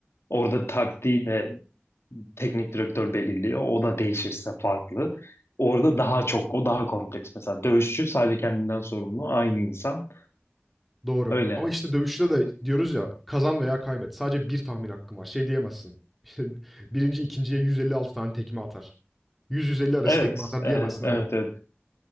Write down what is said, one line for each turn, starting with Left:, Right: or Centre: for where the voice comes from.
Left: Orada taktiği de teknik direktör belirliyor. O da değişirse farklı. Orada daha çok, o daha kompleks. Mesela dövüşçü sadece kendinden sorumlu, aynı insan.
Centre: Doğru.
Left: Öyle.
Centre: Ama işte dövüşte de diyoruz ya kazan veya kaybet. Sadece bir tahmin hakkın var. Şey diyemezsin. <laughs> Birinci ikinciye 156 tane tekme atar. 100-150 arası
Left: Evet,
Centre: tekme atar
Left: evet,
Centre: diyemezsin
Left: evet.
Centre: evet.
Left: evet.